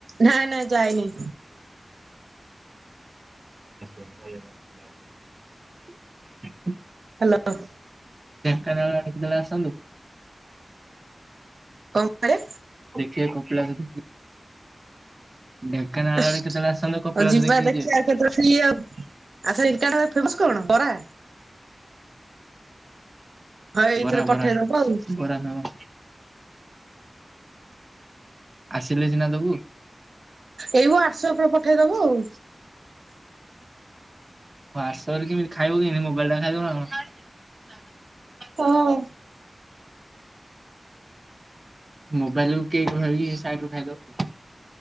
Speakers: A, on the right (about 80°); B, on the right (about 35°).
A: ନା ନାଇ ଯାଇନି।
B: <unintelligible>
A: ହାଲୋ।
B: <unintelligible> ଆସନ୍ତୁ।
A: କଣ କହିଲେ?
B: ଦେଖିବେ କପିଳାସ ଦେଖି ଢେଙ୍କାନାଳ
A: ଆଉ
B: ଆଡେ କେତେବେଳେ ଆସନ୍ତୁ କପିଳାସ
A: ଯିବା
B: ଦେଖିକି
A: ଦେଖିବା
B: ଯିବେ
A: କେତେ ବେଳେ ଫ୍ରୀ ଆଉ <unintelligible> ତମସ କଣ ବରା ହଁ ଏଇଥିରେ
B: ବରାବରା
A: ପଠେଇଦବ ଆଉ
B: ବରା ଦବ। ଆସିଲେ ସିନା ଦବୁ।
A: ଏଇ ମୋ ୱାଟଶୋପ ରେ ପଠେଇଦବୁ ଆଉ।
B: ୱେଟସପରେ କେମିତି ଖାଇବୁ କେନ୍ତୀ ମୋବାଇଲ ଟା ଖାଇବ ନା ଙ୍କ
A: ହଁ।
B: ମୋବାଇଲ କେକ୍ ଭାବି ଏ ସାଇଟ ରୁ ଖାଇଦବ।